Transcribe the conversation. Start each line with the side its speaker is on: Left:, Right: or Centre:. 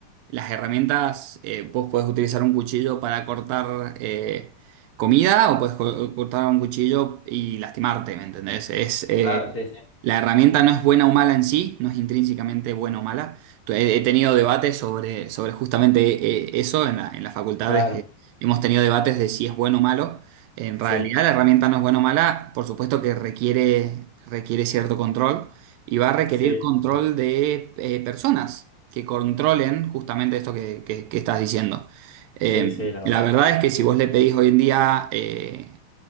Right: las herramientas, eh, vos podés utilizar un cuchillo para cortar eh, comida o podés co- cortar un cuchillo y lastimarte, ¿me entendés? Es, eh,
Left: claro, sí, sí.
Right: la herramienta no es buena o mala en sí, no es intrínsecamente buena o mala. Tu- He, he tenido debates sobre, sobre justamente eh, eso en la, en la facultad,
Left: Claro,
Right: es que hemos tenido debates de si es bueno o malo. En realidad
Left: sí,
Right: la herramienta no es buena o mala, por supuesto que requiere, requiere cierto control y va a requerir
Left: sí,
Right: control
Left: sí, sí,
Right: de eh, personas que controlen justamente esto que, que- que estás diciendo. Eh,
Left: sí, sí, la verdad.
Right: la verdad es que si vos le pedís hoy en día eh,